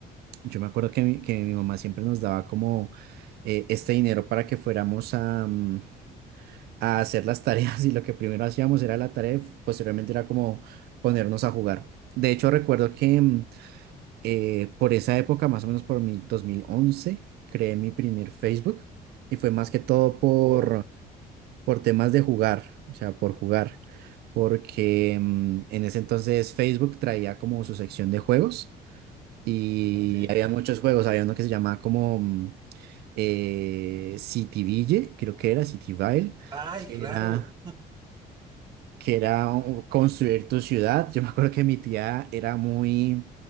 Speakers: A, on the right; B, on the right.
A: Yo me acuerdo que mi, que mi mamá siempre nos daba como eh, este dinero para que fuéramos a, mm, a hacer las tareas <laughs> y lo que primero hacíamos era la tarea y posteriormente era como ponernos a jugar. De hecho, recuerdo que... mm, eh, por esa época, más o menos por mi 2011, creé mi primer Facebook y fue más que todo por,
B: Oh,
A: por temas de jugar, o sea, por jugar, porque mm, en ese entonces Facebook traía como su sección de juegos y
B: ok.
A: había muchos juegos, había uno que se llamaba como mm, eh, Cityville, creo que era Cityville,
B: Ay,
A: que
B: claro.
A: era que era uh, construir tu ciudad. Yo me acuerdo que mi tía era muy